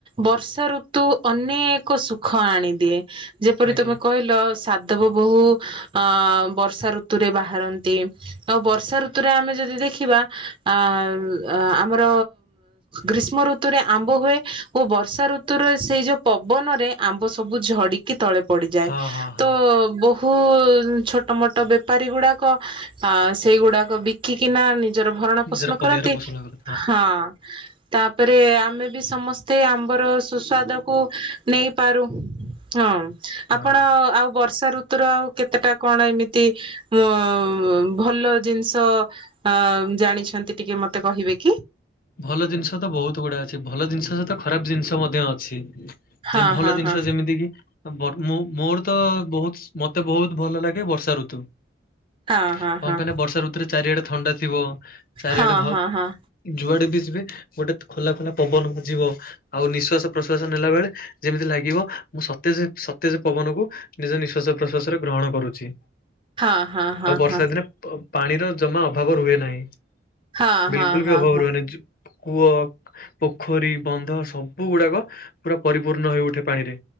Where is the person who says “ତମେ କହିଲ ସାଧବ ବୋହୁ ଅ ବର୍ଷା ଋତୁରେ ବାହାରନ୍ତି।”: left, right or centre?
Right